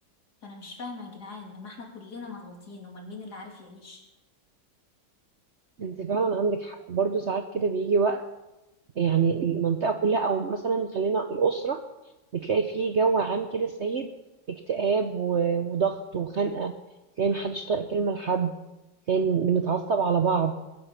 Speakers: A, on the left; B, on the right.
A: فانا مش فاهمه يا جدعان لما احنا كلنا مضغوطين امال مين اللي عارف يعيش
B: انت فعلا عندك حق برضو ساعات كده بيجي وقت يعني المنطقة كلها او مثلا خلينا الأسرة بتلاقي فيه جو عام كده سيد اكتئاب و- وضغط وخنقة تلاقي محدش طايق كلمة لحد تلاقي بنتعصب على بعض